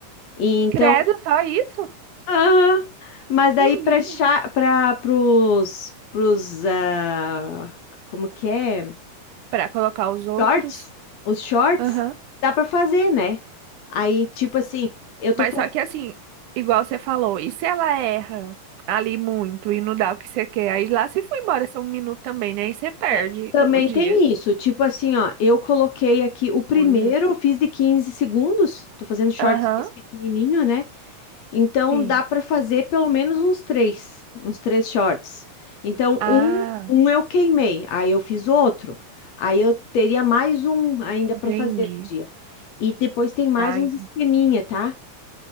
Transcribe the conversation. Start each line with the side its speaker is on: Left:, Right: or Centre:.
Left: E então,
Right: Credo, só isso?
Left: ah, mas daí
Right: Menina.
Left: para para pros pros ah, como que é?
Right: Pra colocar os outros?
Left: Shorts, os shorts
Right: Aham.
Left: dá para fazer, né? Aí tipo assim, eu tô
Right: Mas
Left: fazendo
Right: só que assim, igual você falou, e se ela erra ali muito e não dá o que você quer? Aí lá se foi embora só um minuto também, né? Aí você perde
Left: É. Também
Right: <laughs> o dia.
Left: tem isso, tipo assim, ó, eu coloquei aqui
Right: Que
Left: o primeiro,
Right: coisa.
Left: eu fiz de 15 segundos, tô fazendo shorts
Right: Aham,
Left: desse pequenininho, né? Então
Right: sim.
Left: dá pra fazer pelo menos uns três, uns três shorts. Então
Right: Ah,
Left: um, um eu queimei, aí eu fiz outro, aí eu teria mais um ainda
Right: entendi.
Left: pra fazer no dia. E depois tem mais
Right: Ai.
Left: uns esqueminha, tá?